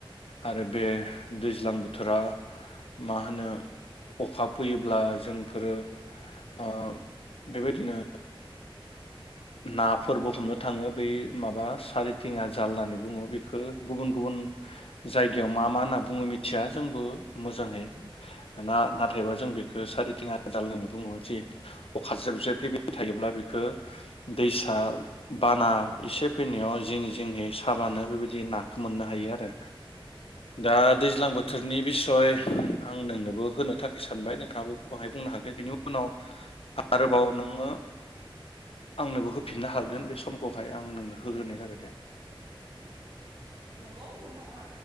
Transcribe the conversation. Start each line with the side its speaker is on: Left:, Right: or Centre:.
Left: आरो बे
Right: औ
Left: दैज्लां बो थोरा मा होनो अखा फैयोब्ला जोंफोरो ओ बेबायदिनो नाफोरबो हमनो थाङो बै माबा सारिथिंङा जाल होननानै बुङो बेखौ गुबुन गुबुन जायगायाव मा मा होनना बुङो मिथिया जोंबो मोजाङै ना ना थायबा जों बेखौ सारिथिंङा हाजार होननानै बुङो जे अख जेब जेब फैबाय थायोब्ला बेखौ दैसा बाना एसे फैनायाव जिं जिंहै साबानो बेबायदि नाखौ मोननो हायो आरो दा दैज्लां बोथोरनि बिसय आं नोंनोबो होनो थाखाय सानबाय नोंथाङाबो बाहाय बुंनो हागोन बिनि उनाव आरोबाव नोङो आंनोबो होफिननो हागोन
Right: औ
Left: बे समखौहाय आं नोंनो होग्रोनाय जाबाय दे।
Right: नंगौ नोंथाङा